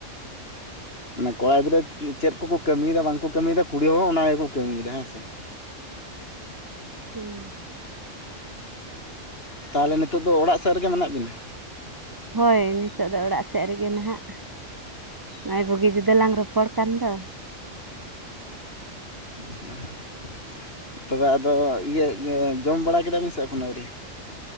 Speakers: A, on the left (about 50°); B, on the right (about 20°).
A: ᱢᱟᱱᱮ ᱠᱚᱲᱟ ᱜᱤᱫᱽᱨᱟᱹ ᱪᱮᱫ ᱠᱚᱠᱚ ᱠᱟᱹᱢᱤ ᱭᱮᱫᱟ ᱵᱟᱝ ᱠᱚ ᱠᱟᱹᱢᱤ ᱭᱮᱫᱟ ᱠᱩᱲᱤ ᱦᱚᱸ ᱜᱮᱠᱚ ᱠᱟᱹᱢᱤ ᱭᱮᱫᱟ ᱦᱮᱸ ᱥᱮ ᱾
B: ᱦᱮᱸ
A: ᱛᱟᱦᱚᱞᱮ ᱱᱤᱛᱳᱜ ᱫᱚ ᱚᱲᱟᱜ ᱥᱮᱫ ᱨᱮᱜᱮ ᱢᱮᱱᱟᱜ ᱵᱤᱱᱟ?
B: ᱦᱳᱭ ᱱᱤᱛᱚᱜ ᱫᱚ ᱚᱲᱟᱜ ᱥᱮᱫ ᱨᱮᱜᱮ ᱱᱟᱦᱟᱜ ᱾ ᱱᱚᱜ-ᱚᱭ ᱵᱩᱜᱤ ᱡᱩᱫᱟᱹ ᱞᱟᱝ ᱨᱚᱯᱚᱲ ᱠᱟᱱ ᱫᱚ ᱾
A: ᱟᱪᱪᱷᱟ ᱛᱚᱵᱮ ᱟᱫᱚ ᱤᱭᱟᱹ ᱡᱚᱢ ᱵᱟᱲᱟ ᱠᱮᱫᱟᱵᱤᱱ ᱥᱮ ᱮᱠᱷᱚᱱ ᱟᱹᱣᱨᱤ?